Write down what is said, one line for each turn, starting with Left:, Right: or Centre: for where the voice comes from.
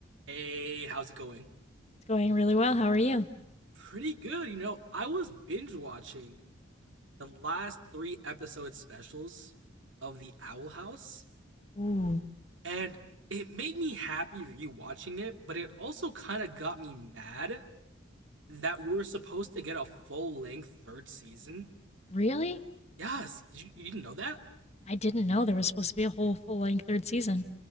Right: Hey, how's it going?
Left: It's going really well. How are you?
Right: Pretty good, you know. I was binge watching the last three episode specials of The Owl House,
Left: Ooh,
Right: and it made me happy rewatching it, but it also kind of got me mad that we were supposed to get a full length third season.
Left: really?
Right: Yes, you, you didn't know that?
Left: I didn't know there was supposed to be a whole full length third season.